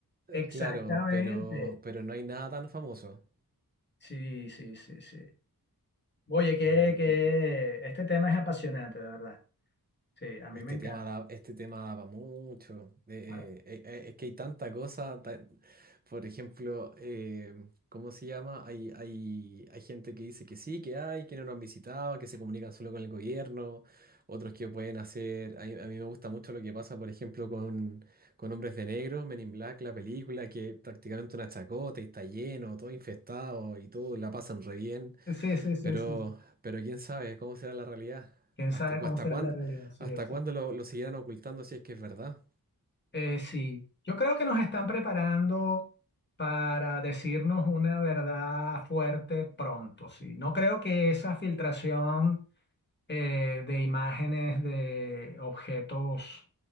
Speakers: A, on the right; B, on the left.
A: eh,
B: exactamente.
A: claro, pero, pero no hay nada tan famoso.
B: Sí, sí, sí, sí. Oye, que,
A: Ujú,
B: que
A: ujú.
B: este tema es apasionante, de verdad. Sí, a mí
A: Este
B: me encanta.
A: tema da, este tema da para mucho. Eh,
B: Ahora-
A: eh, eh, eh, es que hay tanta cosa. ta- por ejemplo, eh, ¿cómo se llama? Hay, hay, hay gente que dice que sí, que hay, que no nos han visitado, que se comunican solo con el gobierno. Otros que pueden hacer. A mí, a mí me gusta mucho lo que pasa, por ejemplo, con, con Hombres de Negro, Men in Black, la película, que es prácticamente una chacota y está lleno, todo infestado y todo la pasan re bien.
B: Sí, sí, sí,
A: Pero,
B: sí.
A: pero quién sabe cómo será la realidad.
B: Quién
A: ¿Hasta,
B: sabe
A: cu-
B: cómo
A: hasta
B: será
A: cuándo,
B: la realidad. Sí,
A: hasta
B: exacto.
A: cuándo lo, lo seguirán ocultando si es que es verdad?
B: Eh, sí, yo creo que nos están preparando para decirnos una verdad fuerte pronto. Sí, no creo que esa filtración eh, de imágenes de objetos